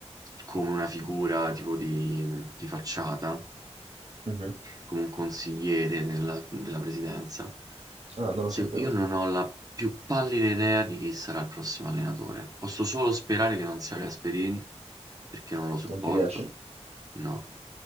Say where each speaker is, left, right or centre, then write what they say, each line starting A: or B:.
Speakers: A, on the right; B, on the right.
A: come una figura tipo di, di facciata,
B: mhm.
A: come un consigliere della della presidenza,
B: Ah, non
A: se-
B: lo sapevo.
A: io non ho la più pallida idea di chi sarà il prossimo allenatore. Posso solo sperare che non sia Gasperini, perché non lo sopporto.
B: Non ti piace?
A: No,